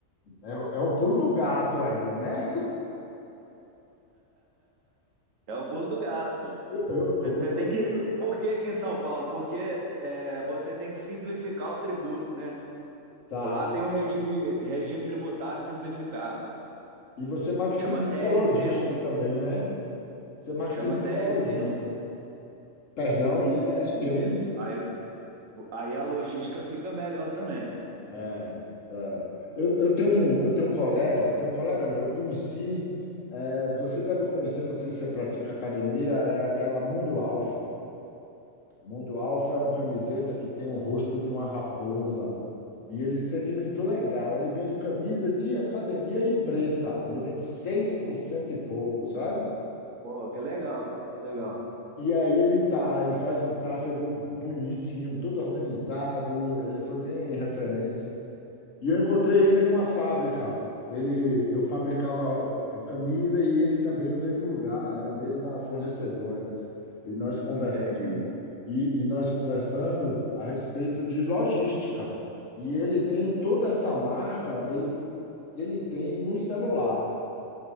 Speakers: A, on the left; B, on the right.
A: é, é- é o pulo do gato aí, né?
B: É o pulo do gato, pô.
A: <laughs> Eu-
B: Você
A: eu-
B: você tem que, por que que em São Paulo? Porque é, você tem que simplificar o tributo, né?
A: tá.
B: Lá tem um regime, regime tributário simplificado,
A: E você maximiza
B: chama trt
A: a logística
B: um
A: também, né? Você maximiza
B: chama trt
A: a logística.
B: um
A: Perdão,
B: Isso,
A: TR-T1.
B: isso. Aí Aí a logística fica melhor também.
A: É, é. Eu, eu tenho um, eu tenho um colega, tenho um colega não, eu conheci, é, você deve conhecer, não sei se você pratica academia, é aquela Mundo Alfa. Mundo Alfa é uma camiseta que tem o rosto de uma raposa. E ele segmentou legal. Ele vende camisa de academia e preta. Ele vende 6% e pouco, sabe?
B: Pô, que legal, cara, que legal.
A: E aí ele tá, ele faz um tráfego bonitinho, todo organizado, ele foi bem referência. E eu encontrei ele numa fábrica. Ele, eu fabricava eh, camisa e ele também no mesmo lugar, era a mesma fornecedora. E nós conversando,
B: Entendi,
A: e, e nós conversando a respeito de logística. E ele tem toda essa marca, ele, ele tem no celular.